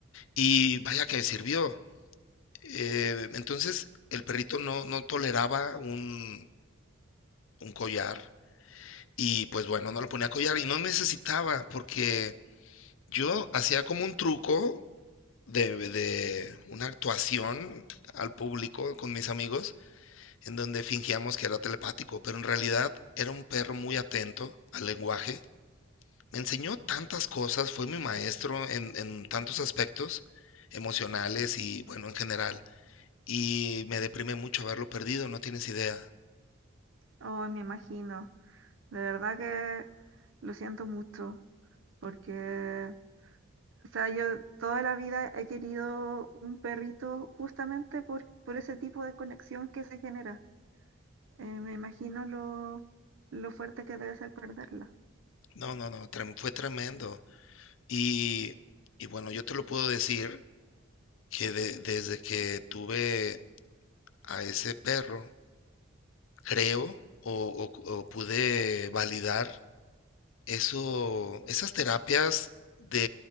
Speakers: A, on the left (about 75°); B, on the right (about 70°).
A: y vaya que sirvió. Eh, entonces el perrito no, no toleraba un, un collar y pues bueno, no lo ponía collar y no necesitaba porque yo hacía como un truco de, de una actuación al público con mis amigos en donde fingíamos que era telepático, pero en realidad era un perro muy atento al lenguaje. Me enseñó tantas cosas, fue mi maestro en, en tantos aspectos emocionales y bueno, en general. y me deprime mucho haberlo perdido, no tienes idea.
B: Oh, me imagino. De verdad que lo siento mucho, porque, o sea, yo toda la vida he querido un perrito justamente por, por ese tipo de conexión que se genera. Eh, me imagino lo, lo fuerte que debe ser perderla.
A: No, no, no, trem- fue tremendo. Y, y bueno, yo te lo puedo decir que de- desde que tuve a ese perro, creo o, o- o pude validar eso, esas terapias de